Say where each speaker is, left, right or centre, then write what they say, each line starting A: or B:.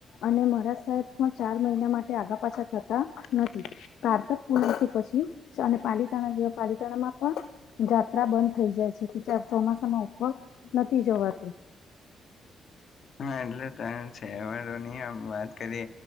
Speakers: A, on the left; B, on the left.
A: અને મહારાજ સાહેબ પણ ચાર મહિના માટે આઘા પાછા થતા નથી. કારતક પુનમથી પછી સ અને પાલીતાણા જેવા પાલીતાણામાં પણ જાત્રા બંધ થઈ જાય છે કે, ચા ચોમાસામાં ઉપર નથી જવાતું.
B: હા, એટલે તાન તહેવારોની આ વાત કરીએ